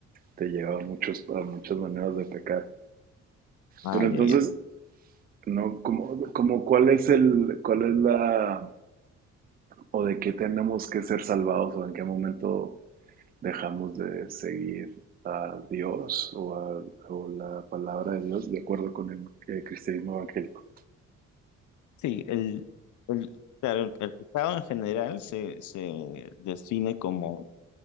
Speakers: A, on the right; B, on the left.
A: te lleva a, muchos, a muchas maneras de pecar.
B: Ah,
A: Pero
B: ya,
A: entonces,
B: ya.
A: ¿no? Como, como cuál es el, cuál es la, o de qué tenemos que ser salvados, o en qué momento dejamos de seguir a Dios o, a, o la palabra de Dios de acuerdo con el, eh, cristianismo evangélico.
B: Sí, el, el, claro, el, el pecado en general se, se define como